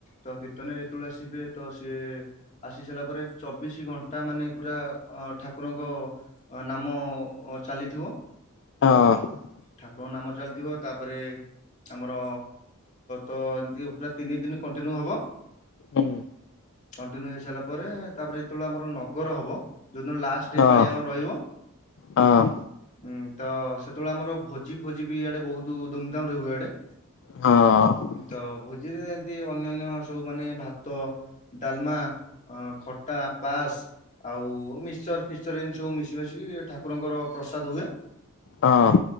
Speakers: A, on the left; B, on the left.
A: ତ କୀର୍ତ୍ତନୀଆ ଯେତେବେଳେ ଆସିବେ ତ ସିଏ ଆସି ସାରିଲା ପରେ ଚବିଶି ଘଣ୍ଟା ମାନେ ପୁରା ଅ ଠାକୁରଙ୍କ ନାମ ଚାଲିଥିବ।
B: ହଁ।
A: ଠାକୁରଙ୍କ ନାମ ଚାଲିଥିବ ତାପରେ ଆମର ତ ଏମିତି ପୁରା ତିନି ଦିନ କଣ୍ଟିନ୍ୟୁ ହେବ।
B: ହୁଁ।
A: କଣ୍ଟିନ୍ୟୁ ହେଇସାରିଲା ପରେ ତାପରେ ଯେତେବେଳେ ଆମର ନଗର ହବ ଯେଉଦିନ ଲାଷ୍ଟ
B: ହଁ
A: ପାଳି ଆମର ରହିବ।
B: ହଁ
A: ହୁଁ, ତ ସେତେବେଳେ ଆମର ଭୋଜି ଫୋଜି ବି ଆଡେ ବହୁତ ଧୁମଧାମ ରେ ହୁଏ ଇଆଡେ।
B: ହଁ।
A: ତ ଭୋଜିରେ ଏମତି ଅନ୍ୟାନ୍ୟ ସବୁ ମାନେ ଭାତ ଡାଲମା, ଖଟା, ପାଏସ୍ ଆଉ ମିସ୍ଚର ଫିସ୍ଚର ଏମିତି ସବୁ ମିଶି ମାଶିକି ଠାକୁରଙ୍କର ପ୍ରସାଦ ହୁଏ।
B: ହଁ।